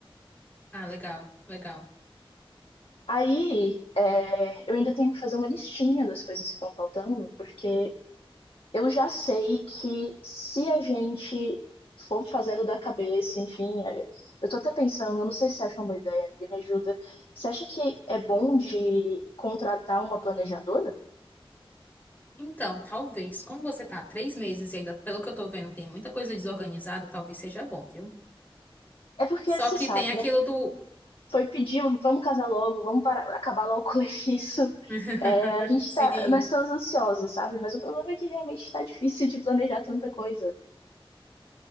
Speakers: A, on the left; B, on the left.
A: Ah, legal, legal.
B: Aí, é, eu ainda tenho que fazer uma listinha das coisas que estão faltando, porque Eu já sei que se a gente for fazendo da cabeça, enfim, é, eu tô até pensando, eu não sei se você acha uma boa ideia, amiga, me ajuda. Você acha que é bom de contratar uma planejadora?
A: Então, talvez, como você tá há três meses e ainda, pelo que eu tô vendo, tem muita coisa desorganizada, talvez seja bom, viu?
B: É porque
A: Só
B: você
A: que
B: sabe,
A: tem aquilo do.
B: foi pedir, vamos casar logo, vamos parar, acabar logo com <laughs> isso.
A: <laughs>
B: É, a gente
A: Sim.
B: tá, nós estamos ansiosos, sabe? Mas o problema é que realmente tá difícil de planejar tanta coisa.